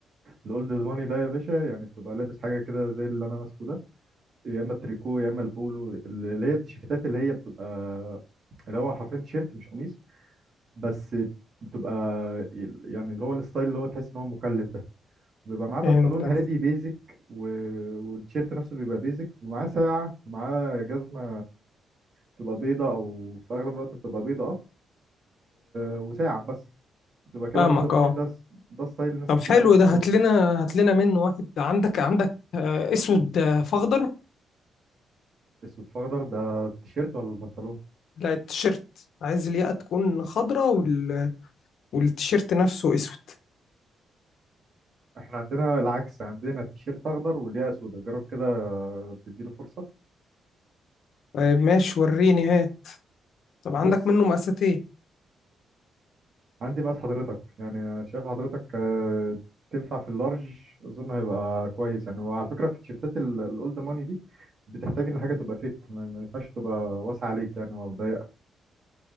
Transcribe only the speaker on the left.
فهمتك
فاهمك
اه
طب
حلو
ده هات لنا هات لنا منه واحد عندك عندك آه، اسود آه، فاخضر
لا التيشيرت عايز الياقة تكون خضرة وال... والتيشيرت نفسه اسود
طيب ماشي وريني هات طب عندك
منه مقاسات ايه؟